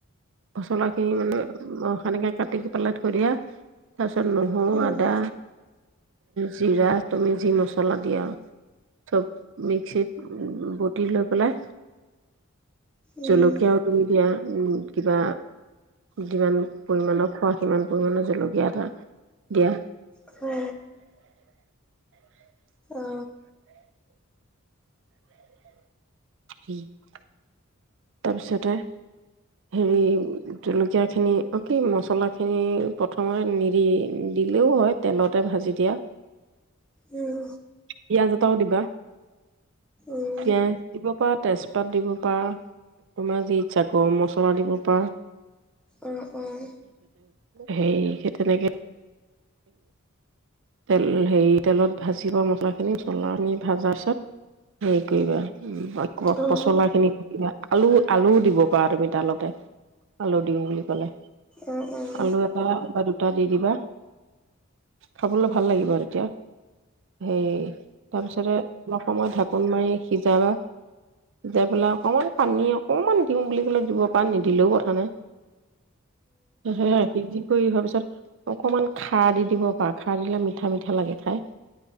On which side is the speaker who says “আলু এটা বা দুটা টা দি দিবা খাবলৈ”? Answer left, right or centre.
Right